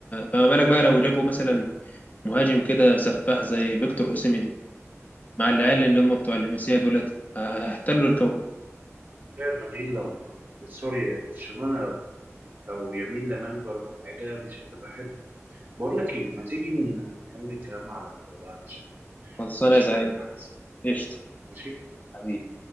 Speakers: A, on the left; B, on the right.
A: فما بالك بقى لو جابوا مثلا مهاجم كده سفاح زي فيكتور اوسيمين مع العيال اللي هم بتوع اللمسيه دولت هيحتلوا الكوكب
B: ريال مدريد لو سوري برشلونة لو لو يمين لمال جرى حاجة مش هتبقى حلوة بقول لك ايه ما تيجي نكمل كلام على القهوة بقى عشان
A: خلصانه
B: نشرب
A: يا زعيم
B: لنا حاجة
A: قشطه
B: ماشي
A: حبيبي.